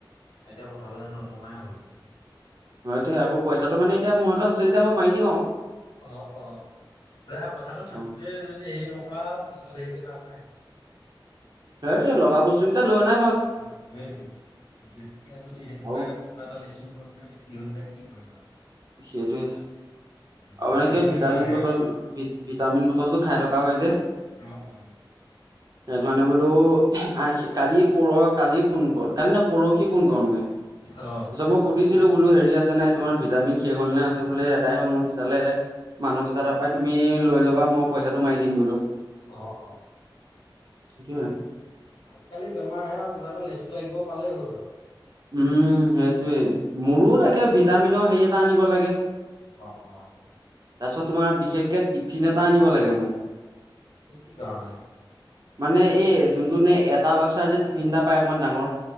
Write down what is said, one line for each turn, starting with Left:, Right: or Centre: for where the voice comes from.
Left: এতিয়া পথাৰলৈ নমাই হ'ল।
Right: হয়টো আকৌ পইচাটো মে এতিয়া মোৰ হাততে আছে যদি মই মাৰি দিম আৰু
Left: অ অ এয়া পইচাটো থাকোতে
Right: অ
Left: যদি হেৰি নকৰা পিছত হেৰি কৰি লাভ নাই।
Right: সেইটোৱে লগা বস্তু লৈ অনা
Left: অ সেই বেছিকে যদি সেইটো
Right: আৰু
Left: পাই আ কিবা এটা লেচু গৰ মনে বেছি হৈ যায় কি কৰিবা?
Right: সেইটোৱে আৰু
Left: আজিকালি
Right: মানে কিয় ভিটামিন
Left: বেমাৰহে
Right: বটল।
Left: আৰু
Right: ভিটামিন বটলটো খাই থকা হয় যে
Left: অ, অ,
Right: সেইকাৰণে বোলো আ কালি পৰ কালি ফোন কৰ কালি না পৰহি ফোন কৰোতে তাৰপাছত
Left: অ
Right: মই সুধিছিলোঁ হেৰি আছেনে? তোমাৰ ভিটামিন। শেষ হ'ল নে আছে বোলে এদাই হ'ল মোৰ জালে মানচ দাদা পাই তুমি লৈ ল'বা মই পইচাটো মাৰি দিম বোলোঁ।
Left: অ, অ,
Right: কি?
Left: আজিকালি বেমাৰ আহে আৰু কিবা এটা লেচু লাগিব পালেই হ'ল আৰু
Right: উম সেইটোৱে। মোৰো
Left: ভয়ে লাগে
Right: তাকে
Left: বেমাৰ
Right: ভিটামিনৰ
Left: বুলি ক'লে।
Right: হেৰি এটা আনিব লাগে।
Left: অ অ
Right: তাৰপিছত তোমাৰ বিশেষকে টিফিন এটা আনিব লাগে মোক।
Left: টিফিন কি কাৰণে?
Right: মানে এ যোনটো মানে এটা বাক্সাৰ যে টিফিন এটা পাই অকণমান ডাঙৰ।